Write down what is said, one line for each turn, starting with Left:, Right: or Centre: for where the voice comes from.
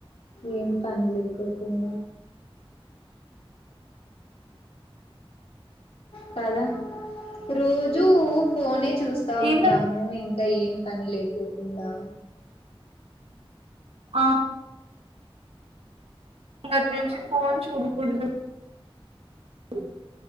Left: ఏం పనిలేకోకుండా కదా రోజు ఫోనే చూస్తా
Right: ఏందో
Left: ఉంటాము ఇంకా ఏం పనిలేకోకుండా
Right: ఆ ఇగటి నుంచి ఫోన్ చూడకూడదు అ